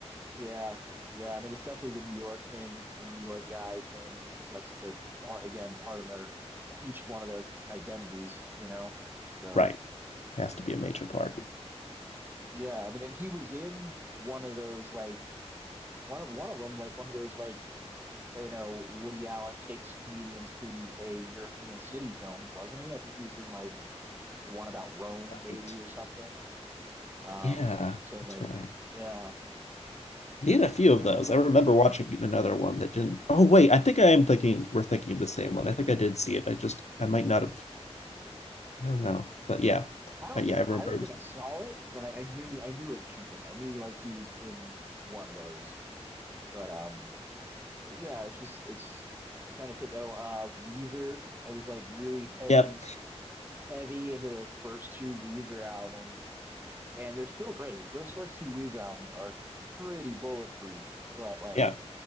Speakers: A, on the right (about 20°); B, on the left (about 80°).
A: Yeah. Yeah. I mean, it's definitely the New York thing. It's the New York guy thing because that's their part, again, part of their, each one of their identities, you know? So,
B: Right, has to be a major part.
A: yeah. I mean, and he was in one of those, like, one of, one of them, like, one of those, like, you know, Woody Allen takes comedians to a European city films, wasn't he? I think he was in, like, the one about Rome,
B: Right,
A: maybe, or something. Um,
B: yeah,
A: so,
B: that's
A: like,
B: right.
A: yeah.
B: He had
A: So
B: a few
A: I
B: of
A: don't
B: those.
A: know.
B: I remember watching another one that didn't. Oh wait, I think I am thinking we're thinking of the same one. I think I did see it. I just I might not have. I don't know, but yeah,
A: I don't
B: Uh, yeah,
A: think
B: I remember.
A: I don't
B: It
A: think
B: was,
A: I saw it, but I, I knew I knew it happened. I knew like he was in one of those. But um, but yeah, it's just it's trying to think. Oh, uh, Weezer. I was like really heavy,
B: yep,
A: heavy into those first two Weezer albums, and they're still great. Those first two Weezer albums are pretty bulletproof, but like
B: yeah.